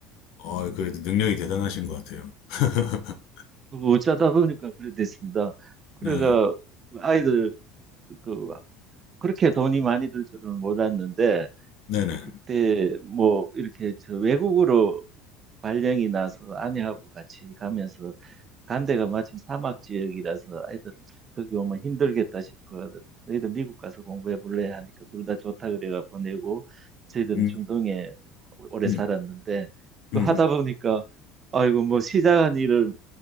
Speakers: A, on the left (about 70°); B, on the right (about 35°).
A: 아, 그래도 능력이 대단하신 것 같아요. <laughs>
B: 그거 어쩌다 보니까 그래 됐습니다. 그래가
A: 네,
B: 아이들 그 그렇게 돈이 많이 들 줄은 몰랐는데
A: 네네.
B: 그때 뭐 이렇게 저 외국으로 발령이 나서 아내하고 같이 가면서 간 데가 마침 사막 지역이라서 애들 거기 오면 힘들겠다 싶어 하더 너희들 미국 가서 공부해 볼래 하니까 둘 다 좋다 그래가 보내고 저희들은
A: 음,
B: 중동에 뭐 오래
A: 음,
B: 살았는데 그
A: 음.
B: 하다 보니까 아이고 뭐 시작한 일을